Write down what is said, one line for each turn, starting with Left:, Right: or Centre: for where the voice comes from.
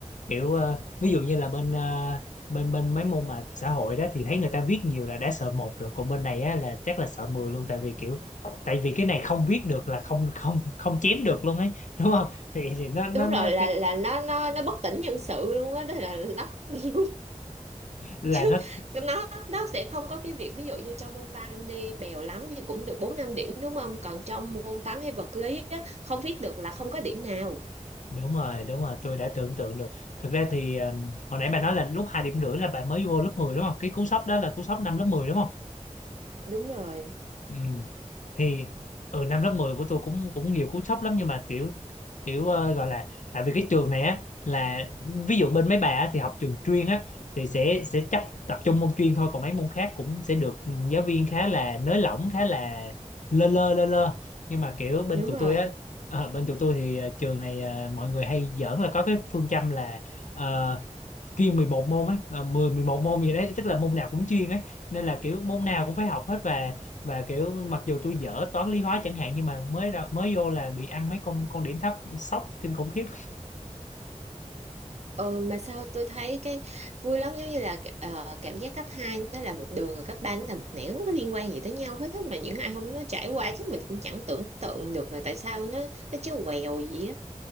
Left: kiểu ờ, ví dụ như là bên ờ, bên bên mấy môn mà xã hội đó thì thấy người ta viết nhiều là đã sợ một rồi còn bên này á là chắc là sợ 10 luôn tại vì kiểu tại vì cái này không viết được là không không không chém được luôn ấy đúng không thì, thì nó nó
Right: đúng rồi
Left: nó
Right: là
Left: cái,
Right: là nó nó nó bất tỉnh nhân sự luôn á đó là nó <laughs>
Left: là
Right: chứ
Left: nó
Right: nó nó sẽ không có cái việc ví dụ như trong môn văn đi bèo lắm thì cũng được 4 5 điểm đúng không còn trong môn toán hay vật lý á, không viết được là không có điểm nào
Left: đúng rồi đúng rồi tôi đã tưởng tượng được thực ra thì um, hồi nãy bà nói là lúc hai điểm rưỡi là bà mới vô lớp 10 đúng không cái cú sốc đó là cú sốc năm lớp 10 đúng không
Right: đúng rồi
Left: Ừ. Thì ở năm lớp 10 của tôi cũng cũng nhiều cú sốc lắm nhưng mà kiểu kiểu ờ, gọi là tại vì cái trường này á là ví dụ bên mấy bà á, thì học trường chuyên á thì sẽ sẽ chấp tập trung môn chuyên thôi còn mấy môn khác cũng sẽ được ừ, giáo viên khá là nới lỏng khá là lơ lơ lơ lơ nhưng mà kiểu bên
Right: đúng
Left: tụi
Right: rồi
Left: tôi á ờ, bên tụi tôi thì ờ, trường này ờ, mọi người hay giỡn là có cái phương châm là ờ, chuyên 11 môn ấy, à, 10 11 môn gì đấy tức là môn nào cũng chuyên ấy nên là kiểu môn nào cũng phải học hết và và kiểu mặc dù tôi dở toán lý hóa chẳng hạn nhưng mà mới ra- mới vô là bị ăn mấy con con điểm thấp sốc kinh khủng khiếp
Right: ừ, mà sao tôi thấy cái vui lắm giống như là ờ, cảm giác cấp 2 nó là một đường rồi cấp 3 nó là một nẻo nó không có liên quan gì tới nhau hết á. mà những ai không nó trải qua chắc mình cũng chẳng tưởng tượng được là tại sao nó nó chứ quèo gì á